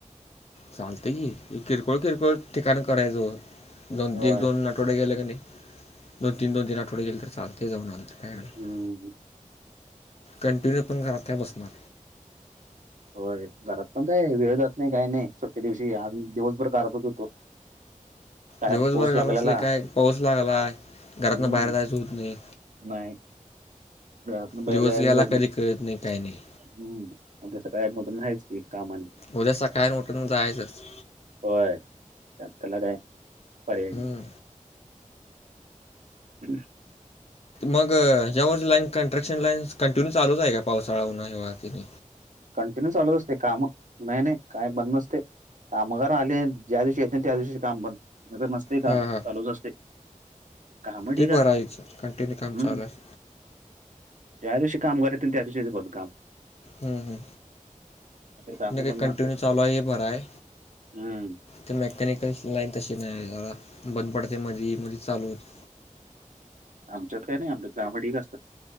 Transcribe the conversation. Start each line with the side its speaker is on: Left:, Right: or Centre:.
Left: चालत की किरकोळ किरकोळ ठिकाण करायचं दोन
Right: होय
Left: एक दोनट आठवडे गेले की नाही दोन तीन दोन दिन आठवडे गेले तर चालते जाऊन आल काय एवढं
Right: हम
Left: कंटिन्यू पण घरात काय बसणार
Right: होय घरात पण काय वेळ जात नाही काय नाही सुट्टे दिवशी आ दिवसभर करातच होतो काय
Left: दिवसभर
Right: पाऊस लागलेला
Left: घर असले काय पाऊस लागलाय घरातन
Right: हम्म
Left: बाहेर जायचं होत नाही
Right: नाही घरातून बाहेर
Left: दिवस
Right: जायला
Left: गेला
Right: जोरणम्म
Left: कधी कळत नाही काय नाही
Right: त्या सगळ ऍडमटून रायचं की कामाने
Left: उद्या सकाळ उठून जायचंच
Right: होय त्यांना काय पर्याय नाही
Left: हम्म,
Right: हम्
Left: मग ज्या वर् लाईन कनस्ट्रक्शन लाईन कंटिन्यू चालूच आहे का पावसाळा उन शि ती
Right: कंटिन्यू चालत असते काम नाही नाही काय बंद नसते कामागार आले ज्या दिवशी येत त्या दिवशी काम बंद नस ते
Left: हां
Right: काम
Left: हां
Right: चालूच असते काम ठीक
Left: ते
Right: आहे
Left: बरं यायचं कंटिन्यू काम
Right: हम्म
Left: चालस
Right: ज्या दिवशी कामराय त्या दिवशी बोल काम
Left: ह
Right: नाहीतर काम
Left: नाही
Right: बंद
Left: का
Right: नसतात
Left: कंटिन्यू चालू आहे आहे भर आहे
Right: हम्म
Left: तर मेकॅनिकल लाईन तशी नाही बंद पडायते म मध्ये चालू होते
Right: आमच्यात काय नाही आमच्यात कामं ढीग असतात.